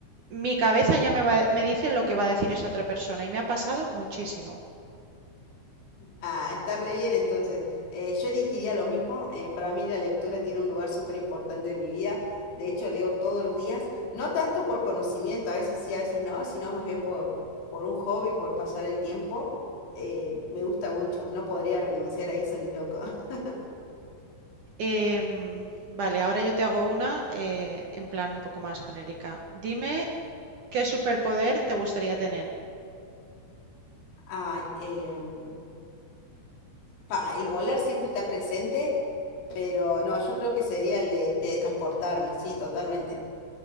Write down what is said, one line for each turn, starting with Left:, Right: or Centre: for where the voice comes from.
Right: mi cabeza ya me, va- me dice lo que va a decir esa otra persona y me ha pasado muchísimo.
Left: Ah, está re bien entonces. Eh, yo elegiría lo mismo. eh, para mí la lectura tiene un lugar súper importante en mi vida. De hecho, leo todos los días, no tanto por conocimiento, a veces sí, a veces no, sino más bien por, por un hobby, por pasar el tiempo. Eh, me gusta mucho, no podría renunciar a eso ni loco. <laughs>
Right: Em, vale, ahora yo te hago una eh, en plan un poco más genérica. Dime qué superpoder te gustaría tener.
Left: Ay, em, pa, el volar siempre está presente, pero no, yo creo que sería el de teletransportarme, sí, totalmente.